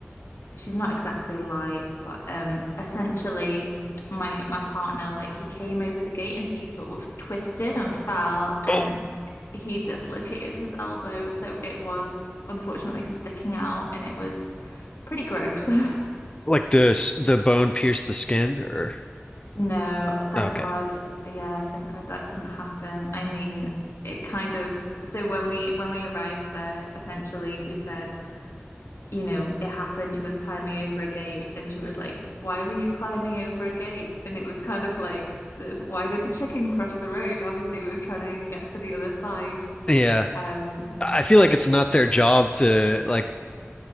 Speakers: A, on the left; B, on the left.
A: she's not exactly light, but um essentially my my partner like he came over the gate and he sort of twisted and fell and
B: Oh,
A: he dislocated his elbow, so it was unfortunately sticking out and it was pretty gross. <laughs>
B: Like the the bone pierced the skin or
A: No, thank
B: okay.
A: God.
B: <laughs>
A: Yeah, thank God that didn't happen. I mean, it kind of so when we when we arrived there, essentially we said you know, it happened. He was climbing over a gate, and she was like, Why were you climbing over a gate? And it was kind of like, the, Why did the chicken cross the road? Obviously, we were trying to get to the other side.
B: Yeah.
A: Um,
B: I feel like it's not their job to like